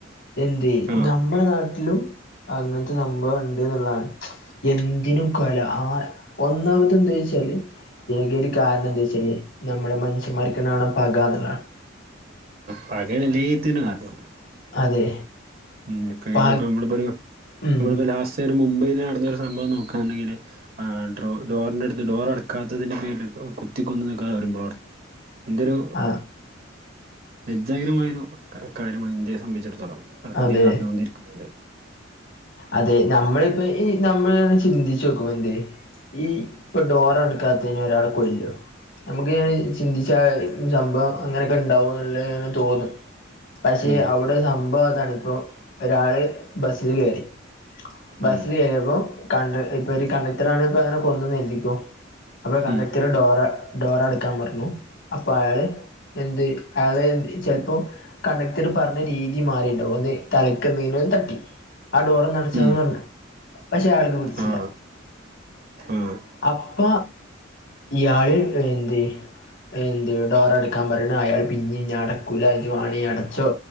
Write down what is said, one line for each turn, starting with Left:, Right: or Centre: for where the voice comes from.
Left: എന്ത്
Right: ആഹ്
Left: നമ്മുടെ നാട്ടിലും അങ്ങനത്തെ സംഭവം ഉണ്ട് എന്നുള്ളതാണ് എന്തിനും കൊല. ആ ഒന്നാമത്തെ എന്താ വെച്ചാല് നിനക്ക് ഒരു കാരണം എന്ത് വെച്ചാല് നമ്മുടെ മനുഷ്യമാർക്ക് പക എന്നുള്ളതാണ്
Right: പക എല്ലേതിനും കാരണം
Left: അതെ
Right: ഇ ഇപ്പ
Left: പ
Right: ഇവിടിപ്പോ നമ്മളിപ്പോ ഒരു
Left: ഉം
Right: നമ്മളിപ്പോ ലാസ്റ്റ് ഒരു മുംബൈൽ നടന്നൊരു സംഭവം നോക്കാണെന്നുണ്ടെങ്കില് ആഹ് ഡോർ ഡോറിനടുത്ത് ഡോർ അടക്കാത്തതിന്റെ പേരിൽ ഇപ്പം കുത്തി കൊന്ന് നിൽക്കാതെ വരുമ്പോൾ എന്റെയൊരു
Left: ആ
Right: ലജ്ജാകരമായൊരു കാര്യമാണ് ഇന്ത്യയെ സംബന്ധിച്ചിടത്തോളം ഇന്ത്യ
Left: അതെ
Right: നടന്നുകൊണ്ടിരിക്കുന്നത്
Left: അതെ നമ്മളിപ്പോ ഈ നമ്മള് ചിന്തിച്ചു നോക്കും എന്ത് ഈ ഇപ്പൊ ഡോർ അടക്കാത്തതിന് ഒരാൾ കൊല്ലുവാ നമുക്ക് ഇങ്ങനെ ചിന്തിച്ച സംഭവം അങ്ങനെയൊക്കെ ഉണ്ടാവോ എന്നുള്ള ഇങ്ങനെ തോന്നും പക്ഷെ
Right: ഉം
Left: അവിടെ സംഭവതാണ് ഇപ്പോ ഒരാള് ബസില് കയറി ബസ്സിൽ
Right: ഉം
Left: കേറണു കണ്ട ഇപ്പൊ ഒരു കണ്ടക്ടർ ആണ ഇപ്പ അങ്ങനെ കൊന്നുന്ന് കരുതിക്കോ അപ്പൊ കണ്ടക്ടർ
Right: ഉം
Left: ഡോറ ഡോർ അടക്കാൻ പറഞ്ഞു. അപ്പൊ അയാള് എന്ത് അയാളെ ചിലപ്പോ കണ്ടക്ടർ പറഞ്ഞ രീതി മാറിണ്ടാവും ഒന്ന് തലക്കുന്നീന്ന് തട്ടി ഡോർ ഒന്ന് അടച്ചെന്ന്
Right: ഉം
Left: പറഞ്ഞു. പക്ഷെ അയാൾക്ക് പിടിച്ചില്ല
Right: ആഹ് ആഹ്
Left: അപ്പ ഇയാൾ എന്തെ എന്ത് ഡോർ അടക്കാൻ പറയണ അയാൾ പിന്നെ ഞാൻ അടക്കൂല ഇജ്ജ് വേണേ അടച്ചോ